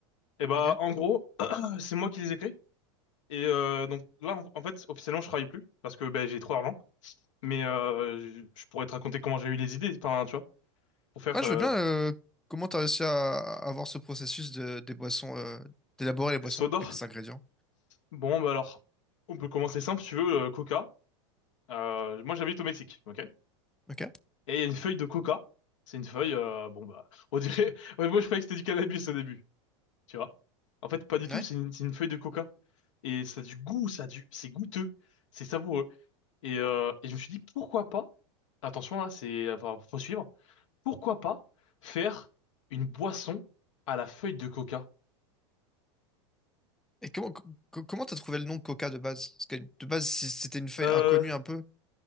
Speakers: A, on the left; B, in the centre.
A: Et bah
B: Ok.
A: en gros, euh, c'est moi qui les ai créés. Et euh, donc là, en, en fait, officiellement, je travaille plus parce que ben j'ai trop d'argent. Mais euh, je, je pourrais te raconter comment j'ai eu les idées, enfin, tu vois, pour faire
B: Ouais,
A: euh,
B: je veux bien. euh, comment t'as réussi à à avoir ce processus de, des boissons, euh, d'élaborer les boissons
A: Soda.
B: avec les ingrédients?
A: Bon, bah alors, on peut commencer simple, si tu veux, euh, Coca. Euh, moi, j'habite au Mexique, ok?
B: Ok.
A: Et il y a une feuille de Coca. C'est une feuille, euh, bon bah, on dirait. <laughs> ouais, moi, je croyais que c'était du cannabis au début, tu vois. En fait, pas du
B: Ouais.
A: tout. C'est une, c'est une feuille de Coca et ça a du goût, ça a du, c'est goûteux, c'est savoureux. Et, euh, et je me suis dit, pourquoi pas, attention là, c'est, enfin, faut suivre, pourquoi pas faire une boisson à la feuille de coca?
B: Et comment co- co- comment t'as trouvé le nom de Coca de base? Parce que de base, si c'était une feuille
A: Euh,
B: inconnue un peu,